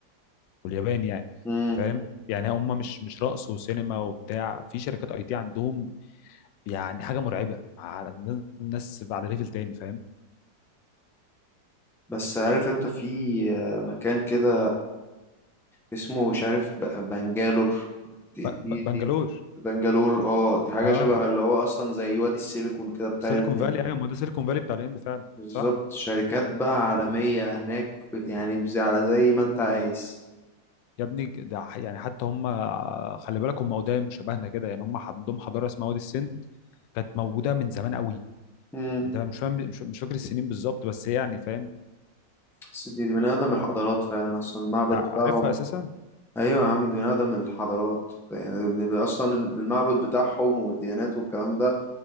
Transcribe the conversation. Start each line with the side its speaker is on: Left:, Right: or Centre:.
Left: واليابان يعني
Centre: مم.
Left: فاهم يعني هم مش مش رقص وسينما وبتاع في شركات اي تي عندهم يعني حاجه مرعبه على الناس الناس على ليفل تاني فاهم
Centre: بس عارف أنت في آه، مكان كده اسمه مش عارف ب- بنجالور دي
Left: ب-
Centre: دي
Left: ب-
Centre: دي
Left: بنجلور
Centre: بنجالور اه دي حاجة
Left: اه
Centre: شبه اللي هو أصلا زي وادي السيليكون كده بتاع
Left: سيليكون
Centre: الهند
Left: فالي ايوه ما ده سيليكون فالي بتاع الهند فعلا
Centre: بالظبط
Left: صح
Centre: شركات بقى عالمية هناك بت- يعني بز- على زي ما أنت عايز
Left: يا ابني ده ح- يعني حتى هم خلي بالك هم قدام شبهنا كده يعني هم عندهم حضاره اسمها وادي السند كانت موجوده من زمان قوي
Centre: مم.
Left: انت مش فاهم مش, مش فاكر السنين بالظبط بس هي يعني فاهم
Centre: بس دي دي من أقدم الحضارات فعلا أصلا المعبد
Left: انت
Centre: بتاعهم
Left: عارفها اساسا
Centre: ايوه يا عم دي نقدم الحضارات يعني بيبقى اصلا المعبد بتاعهم والديانات والكلام ده